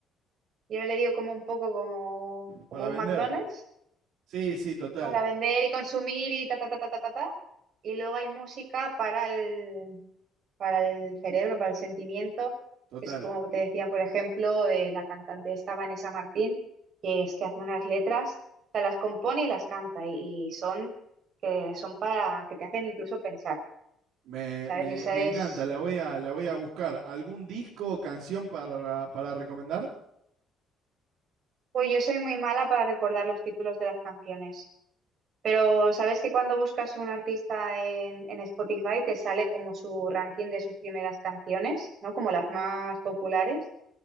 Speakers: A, on the right; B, on the right.
A: yo le digo como un poco como, como
B: para vender.
A: un McDonald's,
B: Sí, sí, total,
A: para vender y consumir y ta, ta, ta, ta, ta, ta, ta. Y luego hay música para el, para el cerebro, para el sentimiento,
B: total.
A: que es como te decía, por ejemplo, eh, la cantante esta Vanessa Martín, que es que hace unas letras, o sea, las compone y las canta y, y son, que son para, que te hacen incluso pensar,
B: Me,
A: ¿sabes?
B: me,
A: Y esa
B: me
A: es...
B: encanta, la voy, a, la voy a buscar. ¿Algún disco o canción para, para recomendar?
A: Uy, yo soy muy mala para recordar los títulos de las canciones. Pero sabes que cuando buscas un artista en, en Spotify te sale como su ranking de sus primeras canciones, ¿no? Como las más populares.